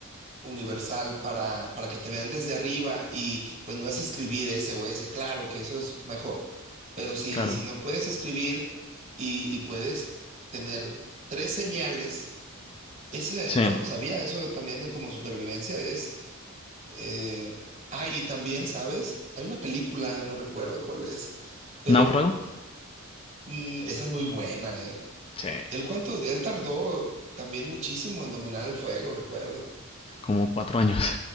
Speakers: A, on the right (about 35°); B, on the left (about 25°).
A: universal para, para que te vean desde arriba y pues no es escribir ese o ese, claro que eso es mejor. Pero si,
B: claro.
A: si no puedes escribir y, y puedes tener tres señales, ese
B: Sí,
A: no lo sabía, eso también es como supervivencia es... eh, ah, y también, ¿sabes? Hay una película, no recuerdo cuál es, pero
B: náufrago.
A: mm, esa es muy buena, eh.
B: Sí,
A: Él cuánto, él tardó también muchísimo en dominar el fuego, recuerdo.
B: como cuatro años.